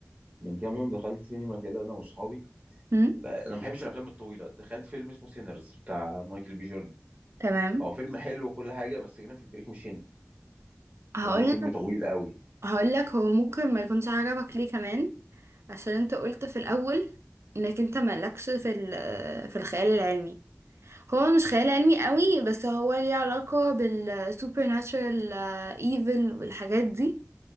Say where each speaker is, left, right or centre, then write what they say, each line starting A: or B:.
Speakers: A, on the right; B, on the right.
A: من كام يوم دخلت سينما كده انا واصحابي
B: هم؟
A: ب- انا ما بحبش الافلام الطويله دخلت فيلم اسمه سينرز بتاع مايكل بي جوردن
B: تمام
A: هو فيلم حلو وكل حاجه بس جينا في البريك مشينا
B: هقول
A: لان هو فيلم طويل قوي
B: هقول لك هو ممكن ما يكونش عجبك ليه كمان عشان انت قلت في الأول انك انت مالكش في ال- آه، في الخيال العلمي هو مش خيال علمي قوي بس هو ليه علاقة بالسوبر ناتشرال ايفل والحاجات دي